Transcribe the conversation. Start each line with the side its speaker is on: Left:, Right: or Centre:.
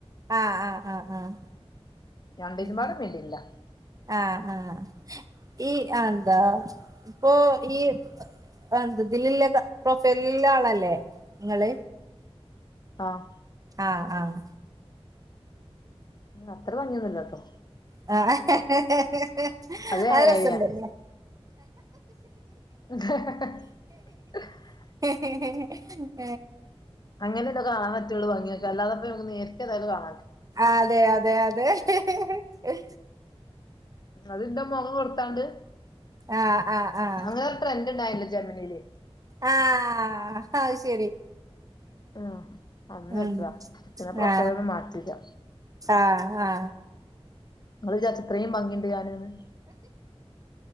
Right: ആഹ് ആഹ് ആഹ് ആഹ്
Left: രണ്ടിലും
Right: ഉം
Left: പാടെ <unintelligible>
Right: ആഹ് ആഹ് ഈ അയ് എന്താ ഇപ്പൊ ഈ <unintelligible> ത്തിലില്ലെ കാ പ്രൊഫൈലിൽ ഇള്ള ആൾ അല്ലെ ഇങ്ങെൾ
Left: ആഹ്
Right: ആഹ് ആഹ്
Left: അത്ര ഭംഗിയൊന്നുംല്ല കേട്ടോ
Right: ഹ ഹ ഹ ഹ
Left: അത്
Right: ആ
Left: ഏഴായിരാ
Right: അഹ് രസണ്ട് ല്ലേ
Left: <inaudible>
Right: <inaudible>
Left: അങ്ങനെല്ലേ കാണാൻ പറ്റുള്ളൂ ഭംഗിയക്കെ അല്ലാതെപ്പോ നേരിട്ടേതായാലും കാണ
Right: അതെ, അതെ, അതെ ഹി ഹി
Left: അതിന്റെ മുഖം കൊടുത്താണ്ട്
Right: ആഹ് ആഹ് ആഹ്
Left: അത് ട്രെൻഡ്ണ്ടായിരുന്നു ജമനീല്
Right: ആ അഹ് ശരി
Left: ആഹ് അന്ന്
Right: ഉം
Left: വെച്ചതാ പിന്നെ പ്രൊഫൈലൊന്നും
Right: ആ
Left: മാറ്റിയില്ല
Right: ആ ഹാ
Left: അങ്ങള് വിചാരിച്ചിത്രയും ഭംഗിയണ്ട് ഞാന്ന്ന്